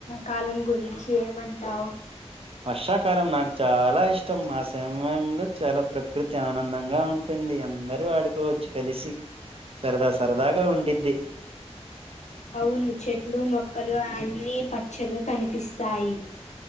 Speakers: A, on the left; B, on the right.
A: కాలం గురించి ఏమంటావు
B: వర్షాకాలం నాకు చాలా ఇష్టం మాసం సమయంలో చాలా ప్రకృతి ఆనందంగా ఉంటుంది అందరుూ ఆడుకోవచ్చు కలిసి సరదా సరదాగా ఉండది
A: అవును చెట్లు మొక్కలు అన్నీ పచ్చగా కనిపిస్తాయి